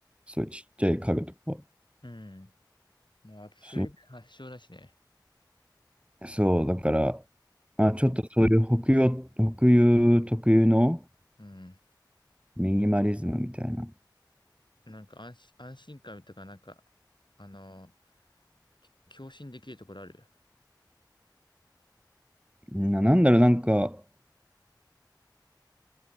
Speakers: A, on the right (about 15°); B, on the left (about 85°).
A: そういうちっちゃい家具とか。
B: うん。まあ、あとスウェーデン発祥だしね。
A: そう、そう、だから、あ、ちょっとそういう北洋、北洋特有の
B: うん。
A: ミニマリズムみたいな。
B: なんか安心、安心感とか、なんか、あのー、き共振できるところある。
A: な、なんだろう、なんか、